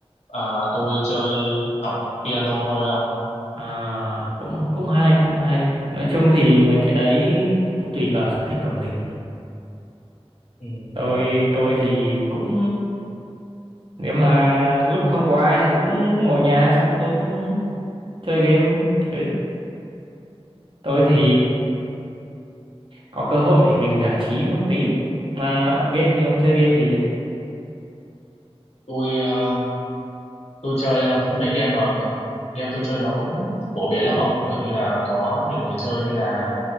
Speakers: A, on the left (about 80°); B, on the right (about 55°).
A: à, tôi chơi học piano thôi ông
B: À, cũng cũng hay cũng hay. Nói chung thì mấy cái đấy cũng tùy vào sở thích của mình.
A: ừ.
B: Tôi tôi thì cũng nếu mà lúc không có ai thì cũng ngồi nhà xong tôi cũng chơi game. Ừ tôi
A: Ừ.
B: thì có cơ hội thì mình giải trí một tí mà ông game thì ông chơi game gì đấy
A: tôi à, tôi chơi ờ, <laughs> mấy game mà cơ- game tôi chơi nó cũng phổ biến lắm ông kiểu như là có nhiều người chơi như là